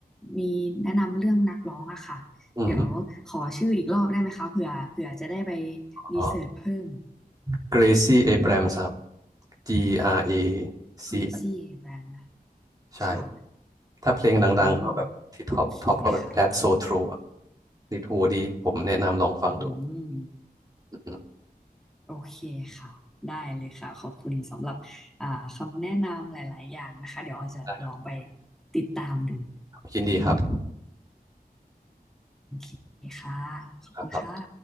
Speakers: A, in the centre; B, on the right (about 25°).
A: มีแนะนำเรื่องนักร้องอะค่ะเดี๋ยวขอชื่ออีกรอบได้ไหมคะเผื่อเผื่อจะได้ไป
B: อืมอม
A: รีเสิร์ชเพิ่ม
B: อ๋อเกรซี่เอแบรมส์ครับ G R A
A: Gracie
B: C
A: a b r a m นะ
B: ใช่
A: ค่ะ
B: ถ้าเพลงดังๆ
A: อืม
B: เขาแบบที่ท็อปท็อปก็แบบ
A: โอเคค่ะ
B: That's So True อะติดหูดี ผมแนะนำลองฟังดู
A: อืม
B: อืม
A: โอเคค่ะได้เลยค่ะขอบคุณสำหรับอ่าคำแนะนำหลายๆ อย่างนะคะเดี๋ยวออยจะลองไป
B: ได้ครับ
A: ติดตามดู
B: ยินดีครับ
A: โอเคค่ะขอบคุณค่ะ
B: ครับ